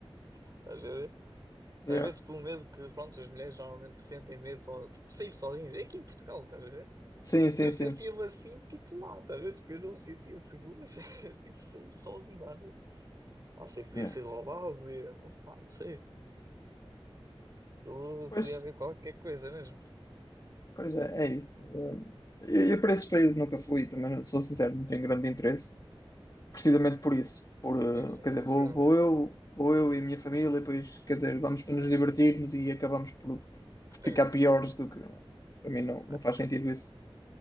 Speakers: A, on the right; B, on the left.
A: Estás a ver? Estás
B: Yeah.
A: a ver, tipo, o medo que, pronto, as mulheres normalmente sentem medo, só, tipo, sair sozinhas. É aqui em Portugal, estás a ver?
B: Sim, sim,
A: Eu sentia-me
B: sim.
A: assim, tipo lá, tá a ver? Tipo, eu não me sentia seguro, <laughs> tipo, saí sozinho lá. né? Ah, sei, podia
B: Yeah.
A: ser roubado, podia... não, pá, não sei. Eu- eh,
B: Pois,
A: Podia haver qualquer coisa mesmo.
B: pois é, é isso. Eu, eh, eu, eu para esses países nunca fui, também não- sou sincero, não tenho grande interesse. precisamente por isso. Por, eh,
A: Sim, sim,
B: quer
A: pela
B: dizer, vou,
A: segurança.
B: vou eu, vou eu e a minha família, e depois, quer dizer, vamos para nos divertirmos e acabamos por, por
A: Sim,
B: ficar
A: sim,
B: piores
A: sim.
B: do que. Para mim não,
A: Pá,
B: não faz sentido isso.